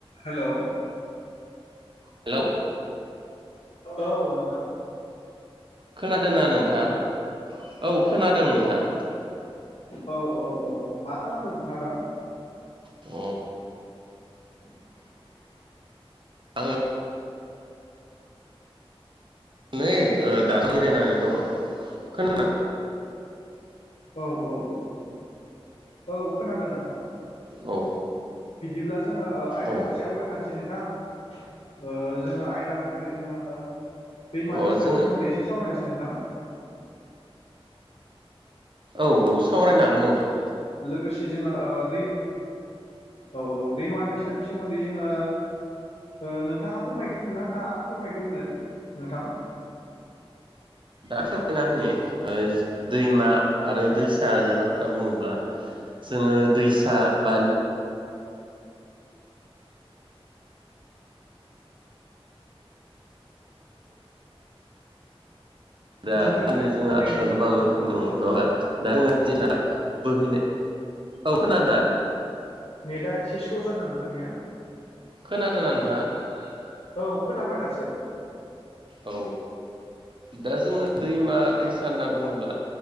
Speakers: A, on the left; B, on the right.
A: हेल'।
B: Hello.
A: औ नोंथां।
B: खोनादोंना नोंथां। औ खोनादों नोंथां।
A: औ औ औ औ मा खालामदो नोंथाङा दा?
B: अ।
A: <unintelligible>
B: आङो नै दा जिरायनानै दङ। खोनादों?
A: औ औ औ, औ खोनादों नोंथां।
B: औ
A: बिदिब्ला जोङो आयदा
B: औ
A: फारसे आवगायखानोसै नोंथां। ओ जोङो आयदा महरै जोङो, दैमा
B: अ
A: दैसानि
B: जोङो
A: सोमोन्दै एसे सावरायनोसै नोंथां।
B: औ औ सावरायनो हागोन नोंथां।
A: लोगोसे जोङो ओ दै औ औ दैमा दैसानि सोमोन्दै जोंङो ओ नोंथाङा फोरमायग्रोनो ना। ना आं फोरमायग्रोनो नोंथां?
B: दा फोरमायना होनि ओ दैमा आरो
A: औ
B: दैसानिबा बुंङोब्ला जोङो दैसा बा दा
A: नोंथांनि
B: <unintelligible> जोंहा
A: नेट
B: गोबां रोखोम दङ नंङा ओमबा दा जोंओ जेना बोहैनो औ खोनादोना।
A: नेटआ एसे स्ल' जादो नोंथांनिया?
B: खोनादो ना नों
A: खोनादो ना नोंथां? औ खोनाबाय दासो।
B: औ। दा जोङो दैमा-दैसा होनना बुंङोब्ला